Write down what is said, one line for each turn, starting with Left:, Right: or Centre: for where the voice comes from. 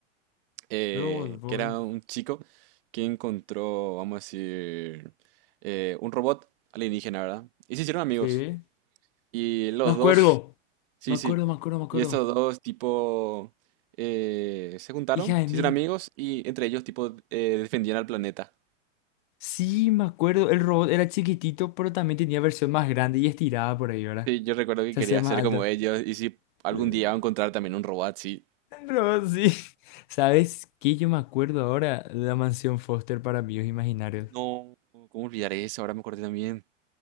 Right: eh,
Left: Robot Boy.
Right: que era un chico que encontró, vamos a decir, eh, un robot alienígena, ¿verdad? Y se hicieron amigos.
Left: Sí.
Right: Y los
Left: Me acuerdo.
Right: dos Sí,
Left: Me
Right: sí.
Left: acuerdo, me acuerdo, me acuerdo.
Right: Y estos dos, tipo, eh, se juntaron,
Left: Hija de
Right: se
Left: mil.
Right: hicieron amigos y entre ellos, tipo, eh, defendían al planeta.
Left: Sí, me acuerdo. El robot era chiquitito, pero también tenía versión más grande y estirada por ahí, ¿verdad?
Right: Sí, yo recuerdo que
Left: Se
Right: quería
Left: hacía más
Right: ser
Left: alto.
Right: como ellos y si algún
Left: Eh,
Right: día iba a encontrar también un robot, sí.
Left: No, sí. <laughs> ¿Sabes qué? Yo me acuerdo ahora de la mansión Foster para amigos imaginarios.
Right: No, ¿cómo olvidar eso? Ahora me acordé también.